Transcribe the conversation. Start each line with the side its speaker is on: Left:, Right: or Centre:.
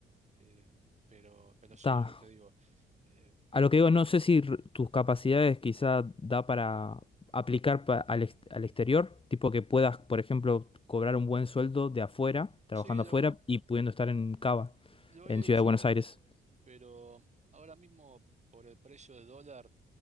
Right: Eh, pero, pero sí,
Left: Ta,
Right: yo te digo, eh,
Left: A lo que digo, no sé si r- tus capacidades quizá da para aplicar pa- al, ex- al exterior, tipo que puedas, por ejemplo, cobrar un buen sueldo de afuera, trabajando
Right: sí, lo,
Left: afuera y pudiendo estar en Cava,
Right: lo
Left: en
Right: he hecho,
Left: Ciudad de Buenos
Right: de hecho,
Left: Aires.
Right: pero ahora mismo por el precio del dólar,